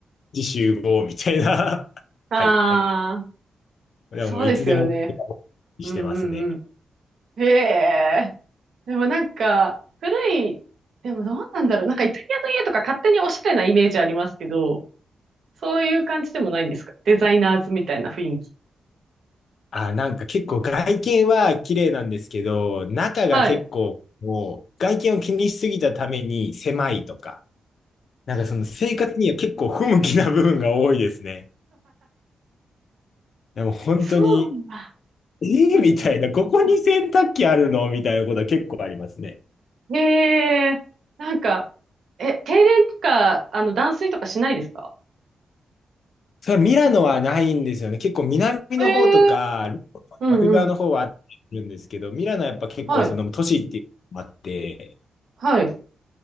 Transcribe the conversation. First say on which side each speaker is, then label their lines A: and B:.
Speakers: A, on the left; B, on the right.
A: 自習合みたいな。<laughs>
B: ああ。
A: はい、はい。だからもういつでも
B: そうですよね。
A: してますね。
B: うんうんうん。へえ。でもなんか、古い、でもどうなんだろう。なんかイタリアの家とか勝手におしゃれなイメージありますけど、そういう感じでもないんですかデザイナーズみたいな雰囲気。
A: あ、なんか結構外見は綺麗なんですけど、中が結構もう外見を気にしすぎたために狭いとか、
B: はい。
A: なんかその生活には結構不向きな部分が多いですね。でも本当に
B: そうなんだ。
A: ええみたいな、
B: うんうんう
A: ここに洗濯機あるのみたいなことは結構ありますね。
B: んへえ。なんか、え、停電とか、あの、断水とかしないですか
A: それはミラノはないんですよね。結構南の方とか、
B: へえ。うんうん。
A: ラフ側の方はあるんですけど、ミラノはやっぱ結構その都市っていうのもあって、
B: はい。はい。